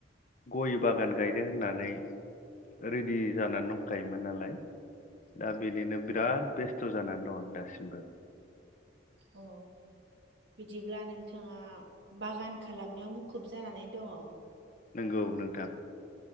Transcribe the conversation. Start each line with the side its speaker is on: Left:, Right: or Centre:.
Left: गय बागान गायनो होननानै रेडि जानानै दंखायोमोन नालाय दा बेनिनो बिराद बेस्थ' जानानै दं आं दासिमबो
Right: अ बिदिब्ला नोंथाङा बागान खालामनायाव मुखुब जानानै दङ
Left: नंगौ नोंथां